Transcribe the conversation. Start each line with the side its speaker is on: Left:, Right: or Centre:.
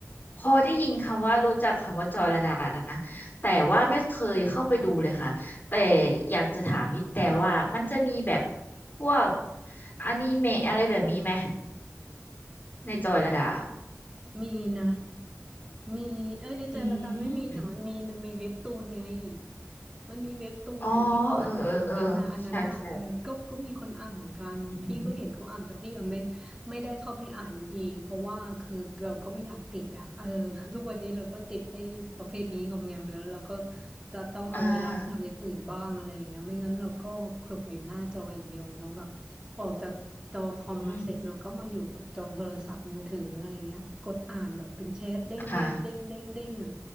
Left: พอได้ยินคำว่ารู้จักคำว่าจอยระดานะแต่ว่าไม่เคยเข้าไปดูเลยค่ะแต่อยากจะถามพี่แต่ว่ามันจะมีแบบพวกอนิเมะอะไรแบบนี้ไหมในจอยระดา
Right: มีนะมีเอ้ยในใจละดานไม่มีแต่มันมีมันมีเว็บตูนไง
Left: อืม
Right: มันมีเว็บตูนน่ะที่เขาอ่านอ่านกันนะอันนั้นน่ะเออก็ก็มีคนอ่านเหมือนกันพี่ก็เห็นเขาอ่านแต่พี่ยังไม่
Left: อ๋อเออเออเออใช่ใช่อืมอืม
Right: ไม่ได้เข้าไปอ่านอีกเพราะว่าคือเราก็ไม่อยากติดอ่ะเออ <laughs> ทุกวันนี้เราก็ติดไอ้ประเภทนี้งอมแงมแล้วเราก็จะต้องเอาเวลาไปทำอย่างอื่นบ้างอะไรอย่างเงี้ยไม่งั้นเราก็คลุกอยู่หน้าจออย่างเดียวเน้อง
Left: อ่า
Right: ออกจากจอคอมมาเสร็จเราก็มาอยู่กับจอโทรศัพท์มือถืออะไรเงี้ยกดอ่านแบบเป็นแชทเด้งเด้งเด้งเด้งเด้งอ่ะ
Left: อืมค่ะ